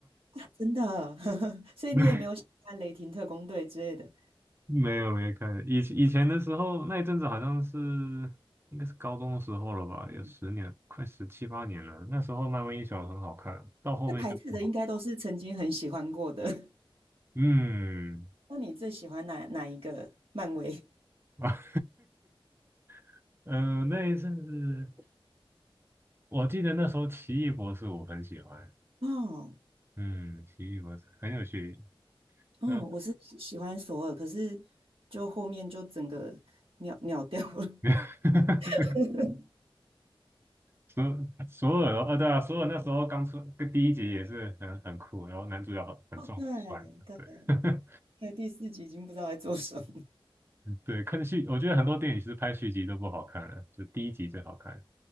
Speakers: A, on the right; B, on the right.
A: 真的，<laughs> 所以你也没有喜欢《雷霆特工队》之类的？
B: <laughs> 没有没有看，以前以前的时候那一阵子好像是应该是高中的时候了吧，
A: 嗯，
B: 有十年，快十七八年了。那时候漫威英雄很好看，到后面就不好。
A: 会排斥的应该都是曾经很喜欢过的。<laughs>
B: 嗯，
A: 那你最喜欢哪哪一个漫威？
B: 啊，<laughs> 呃，那一阵子我记得那时候奇异博士我很喜欢，
A: 哦。
B: 嗯，奇异博士很有趣。
A: 哦，
B: 嗯，
A: 我是喜喜欢索尔，可是就后面就整个秒秒掉了。
B: <laughs>
A: <laughs>
B: 索所有哦，哦对啊，所有那时候刚出跟第一集也是很很酷，然后男主角很很壮很帅，
A: 哦，对对
B: 对 <laughs>
A: 对，第四集已经不知道在做什么。
B: 对，看续我觉得很多电影其实拍续集都不好看了，就第一集最好看。